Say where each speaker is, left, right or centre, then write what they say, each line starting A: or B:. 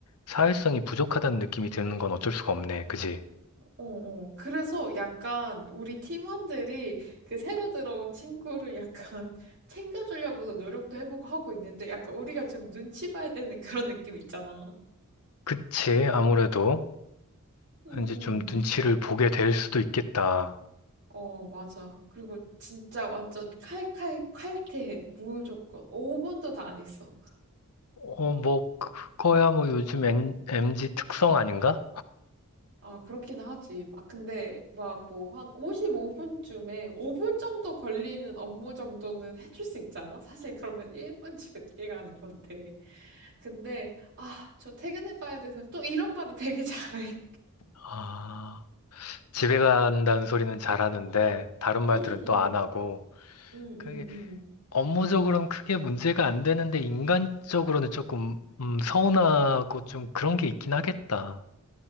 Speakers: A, on the left; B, on the right.
A: 사회성이 부족하다는 느낌이 드는 건 어쩔 수가 없네. 그지?
B: 어, 어. 그래서 약간 우리 팀원들이 그 새로 들어온 친구를 약간 <laughs> 챙겨주려고도 노력도 해보고 하고 있는데 약간 우리가 좀 눈치 봐야 되는 그런 느낌 있잖아.
A: 그치? 아무래도
B: 응, 응.
A: 이제 좀 눈치를 보게 될 수도 있겠다.
B: 어, 맞아. 그리고 진짜 완전 칼칼 칼퇴해. 무조건. 5분도 다 안 했어.
A: 어, 뭐 그거야 뭐 요즘 M, m 특성 아닌가?
B: 아, 그렇긴 하지. 막 근데 막 뭐 한 55분쯤에 5분 정도 걸리는 업무 정도는 해줄 수 있잖아. 사실 그러면 1분 집에 늦 가는 건데. 근데 아, 저 퇴근해 봐야 돼서 또 이런 말은 되게 잘해. <laughs>
A: 아, 집에 간다는 소리는 잘하는데 다른 말들은
B: 응,
A: 또
B: 응,
A: 안 하고.
B: 응,
A: 그
B: 응, 응.
A: 업무적으로는 크게 문제가 안 되는데 인간적으로는 조금 음, 서운하고 좀 그런 게 있긴 하겠다.